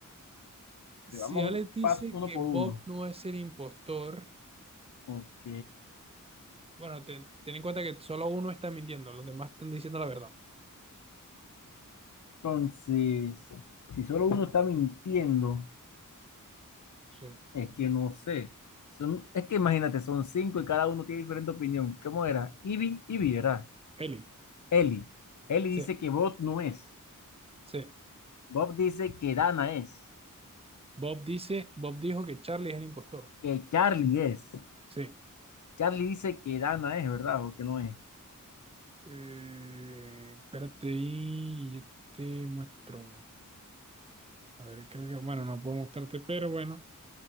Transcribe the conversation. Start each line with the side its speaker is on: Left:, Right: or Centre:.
Left: A
Right: Si
Left: ver, Vamos
Right: Alex
Left: un
Right: dice
Left: paso
Right: que
Left: uno por
Right: Bob
Left: uno.
Right: no es el impostor,
Left: Ok.
Right: bueno, te- ten en cuenta que solo uno está mintiendo, los demás están diciendo la verdad.
Left: Entonces, si solo uno está mintiendo.
Right: Sí.
Left: Es que no sé. Son, es que imagínate, son cinco y cada uno tiene diferente opinión. ¿Cómo era? Ivy, Ivy era.
Right: Eli.
Left: Eli. Eli dice
Right: Sí,
Left: que Bob no es.
Right: sí.
Left: Bob dice que Dana es.
Right: Bob dice, Bob dijo que Charlie es el impostor.
Left: Que Charlie es.
Right: Sí.
Left: Charlie dice que Dana es, ¿verdad? O que no es.
Right: Eh, espérate y yo te muestro. A ver, creo que, bueno, no puedo mostrarte, pero bueno.